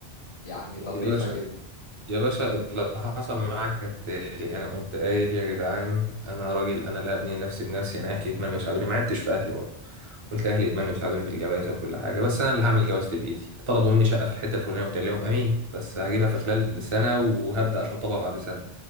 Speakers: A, on the left; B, on the right.
A: يعني
B: يا
A: طفيفه
B: باشا
A: جدا
B: يا باشا اللي حصل معاك كالتالي انا قمت قايل يا جدعان انا راجل انا اللي هبني نفسي بنفسي انا اهلي يتمنوا يساعدوني ما عبتش في اهلي برضه قلت اهلي يتمنوا يساعدوني في الجوازه وكل حاجه بس انا اللي هعمل جوازتي بايدي طلبوا مني شقه في الحته الفلانيه قلت لهم امين بس هجيبها في خلال سنه وهبدا اشطبها بعد سنه